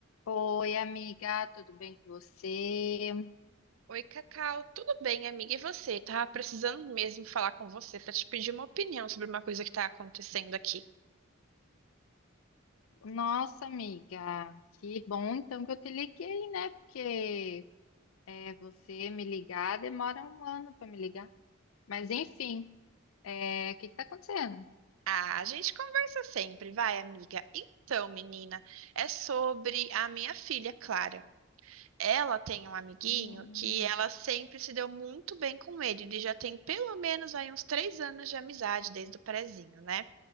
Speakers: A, on the left (about 75°); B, on the right (about 75°).
A: Oi, amiga, tudo bem com você?
B: Oi, Cacau. Tudo bem, amiga? E você? Tava precisando mesmo falar com você pra te pedir uma opinião sobre uma coisa que tá acontecendo aqui.
A: Nossa, amiga, que bom então que eu te liguei, né? Porque é, você me ligar demora um ano para me ligar. Mas enfim, é, o que que tá acontecendo?
B: Ah, a gente conversa sempre, vai, amiga. Então, menina, é sobre a minha filha Clara. Ela tem um amiguinho
A: Hum,
B: que ela sempre se deu muito bem com ele. Ele já tem pelo menos aí uns três anos de amizade desde o prezinho, né?